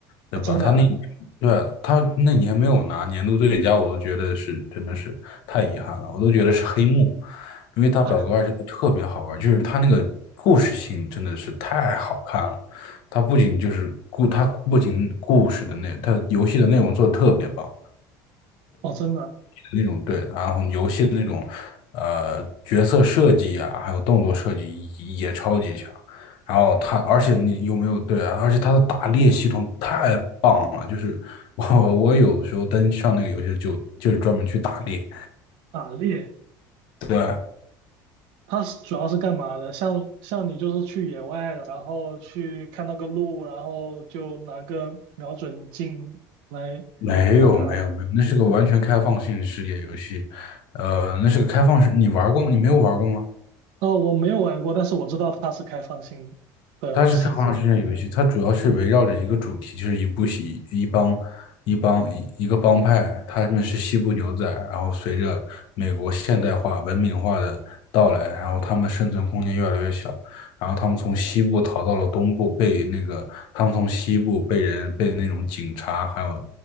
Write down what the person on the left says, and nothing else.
对吧？
他那对他那年没有拿年度最佳，我都觉得是真的是太遗憾了，我都觉得是黑幕，因为他表格二真的特别好玩，
就是他那个故事性真的是太好看了。他不仅就是故，他不仅故事的内，他游戏的内容做的特别棒，
那种对，然后游戏的那种呃角色设计啊，还有动作设计也超级强。然后它，而且你有没有对啊？而且它的打猎系统太棒了，就是我我有时候登上那个游戏就就是专门去打猎。
对，
没有没有没有，
那是个完全开放性世界游戏，呃，那是个开放式，你玩过吗？你没有玩过吗？
它是开放世界游戏，
它主要是围绕着一个主题，就是一部戏、一帮、一帮、一一个帮派，他们是西部牛仔，然后随着美国现代化、文明化的到来，然后他们生存空间越来越小，然后他们从西部逃到了东部，被那个他们从西部被人被那种警察还有